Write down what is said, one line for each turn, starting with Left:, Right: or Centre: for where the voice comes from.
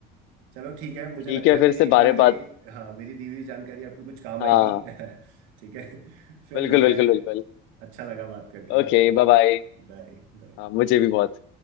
Right: चलो ठीक है मुझे
Left: ठीक
Right: लगता
Left: है
Right: है
Left: फिर
Right: मेरी
Left: से
Right: दी
Left: बारे
Right: हुई
Left: बात
Right: हाँ मेरी दी हुई जानकारी आपको कुछ काम
Left: हाँ
Right: आएगी <laughs> ठीक है फिर
Left: बिल्कुल
Right: मिलते
Left: बिल्कुल
Right: हैं
Left: बिल्कुल
Right: अच्छा लगा बात करके
Left: Okay bye bye
Right: Bye bye
Left: हाँ मुझे भी बहुत